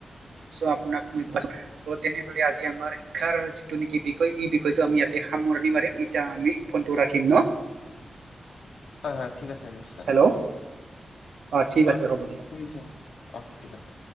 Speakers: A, on the right; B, on the left.
A: আপাক তেনেলে আজি আমাৰ শিক্ষাৰ যিটো নেকি বিষয় এই বিষয়টো আমি ইতে সামৰণি মাৰিম এতিয়া আমি ফোনটো ৰাখিম ন।
B: হয়-হয় ঠিক আছে নিশ্চয়।
A: হেল্ল' ঠিক
B: অ'
A: আছে হ'ব দিয়া
B: শুনিছো অ-অ ঠিক আছে।